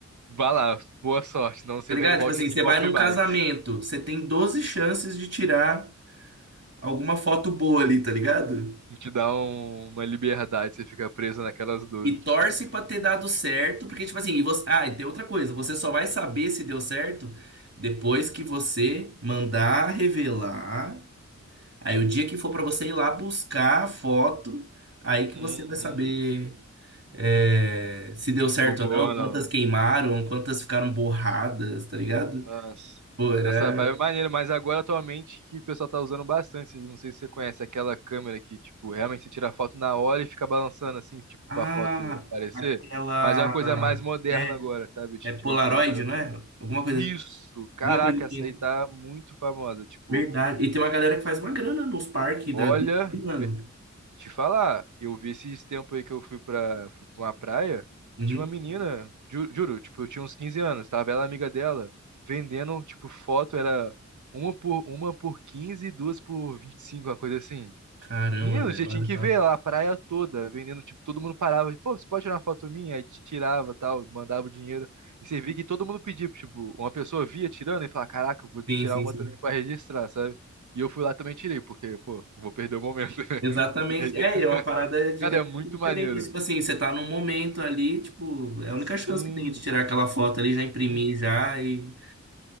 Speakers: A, on the right; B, on the right.
A: Vá lá, boa sorte. Não, você
B: Tá ligado?
A: vem- volte
B: Tipo assim,
A: aqui
B: você
A: e compre
B: vai num
A: mais.
B: casamento, você tem 12 chances de tirar alguma foto boa ali, tá ligado?
A: Não Te dá um- uma liberdade, você fica preso naquelas doze.
B: E torce pra ter dado certo, porque, tipo assim, e você... ah, e tem outra coisa, você só vai saber se deu certo depois que você mandar revelar. Aí o dia que for pra você ir lá buscar a foto, aí que
A: Uhum.
B: você vai saber é, se deu
A: Se
B: certo
A: ficou boa
B: ou não,
A: ou
B: quantas
A: não.
B: queimaram, quantas ficaram borradas, tá ligado?
A: Nossa,
B: Pô, era.
A: essa vibe é maneira, mas agora atualmente que o pessoal tá usando bastante, não sei se você conhece aquela câmera que, tipo, realmente você tira a foto na hora e fica balançando assim, tipo,
B: Ah,
A: pra foto aparecer,
B: aquela.
A: mas é uma coisa mais moderna
B: É,
A: agora, sabe? Tipo,
B: é Polaroid,
A: uma coisa mais atual.
B: não é? Alguma coisa,
A: Isso, caraca,
B: alguma coisa assim,
A: essa aí tá muito famosa, tipo,
B: Verdade. E tem uma galera que faz uma grana nos parques
A: olha.
B: da vida, aí, mano.
A: Te falar, eu vi esses tempos aí que eu fui pra, fui pra uma praia,
B: Uhum.
A: tinha uma menina, ju- juro, tipo, eu tinha uns 15 anos, tava ela amiga dela, vendendo, tipo, foto, era uma por, uma por 15 e duas por 25 uma coisa assim.
B: Caramba,
A: Menino,
B: velho,
A: você
B: olha
A: tinha que
B: só.
A: Caramba. ver lá a praia toda, vendendo, tipo, todo mundo parava, pô, você pode tirar uma foto minha? Aí te tirava, tal, mandava o dinheiro. E você via que todo mundo pedia, tipo, uma pessoa via tirando e falava, caraca, eu vou
B: Sim,
A: tirar
B: sim,
A: uma
B: sim.
A: também pra registrar, sabe? E eu fui lá também e tirei, porque, pô, não vou perder o momento, né?
B: Exatamente.
A: <laughs>
B: É, e é uma parada de
A: Cara,
B: realmente
A: é muito
B: diferente.
A: maneiro.
B: Tipo assim, você tá num momento ali, tipo, é
A: Sim.
B: a única chance que tem de tirar aquela foto ali, já imprimir
A: Uhum.
B: já e.